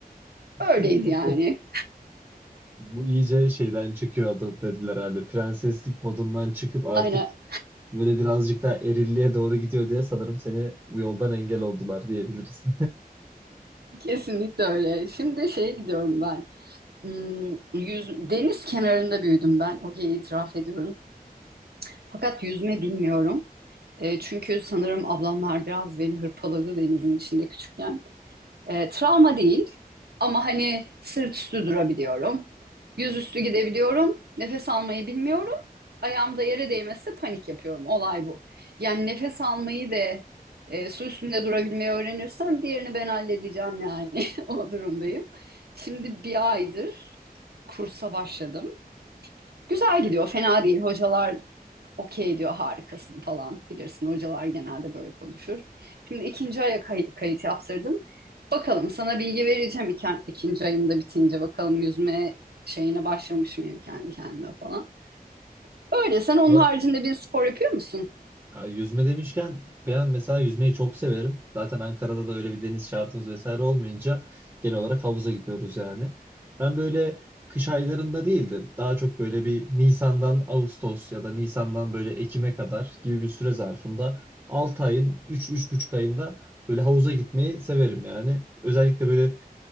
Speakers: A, on the right; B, on the right.
A: <laughs>
B: Öyleydi yani.
A: Bu iyice şeyden çıkıyor adı dediler herhalde. Prenseslik modundan çıkıp artık
B: Aynen
A: böyle birazcık daha erilliğe doğru gidiyor diye sanırım seni bu yoldan engel oldular diyebiliriz.
B: kesinlikle öyle. Şimdi şeye gidiyorum ben. Hmm, yüz, deniz kenarında büyüdüm ben. Okey itiraf ediyorum. Fakat yüzme bilmiyorum. E, çünkü sanırım ablamlar biraz beni hırpaladı denizin içinde küçükken. E, travma değil ama hani sırt üstü durabiliyorum. Yüzüstü gidebiliyorum. Nefes almayı bilmiyorum. Ayağımda yere değmezse panik yapıyorum. Olay bu. Yani nefes almayı ve e, su üstünde durabilmeyi öğrenirsem diğerini ben halledeceğim yani. <laughs> O durumdayım. Şimdi bir aydır kursa başladım. Güzel gidiyor, fena değil. Hocalar okey diyor harikasın falan. Bilirsin hocalar genelde böyle konuşur. Şimdi ikinci aya kay- kayıt yaptırdım. Bakalım sana bilgi vereceğim iken, ikinci ayım da bitince bakalım yüzme şeyine başlamış mıyım kendi kendime falan. Öyle sen onun
A: <laughs> Bu
B: haricinde bir spor yapıyor musun?
A: Ya yüzme demişken ben mesela yüzmeyi çok severim. Zaten Ankara'da da öyle bir deniz şartımız vesaire olmayınca genel olarak havuza gidiyoruz yani. Ben böyle kış aylarında değil de daha çok böyle bir Nisan'dan Ağustos ya da Nisan'dan böyle Ekim'e kadar gibi bir süre zarfında 6 ayın üç üç buçuk ayında böyle havuza gitmeyi severim yani. Özellikle böyle